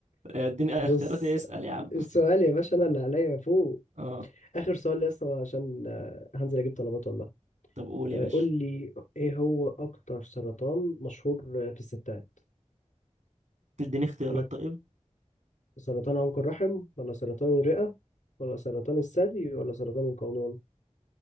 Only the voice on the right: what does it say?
آه، اديني آه،
اختيارات ايه اسأل يا عم
اه
طب قول
يا باشا
تديني اختيارات
طيب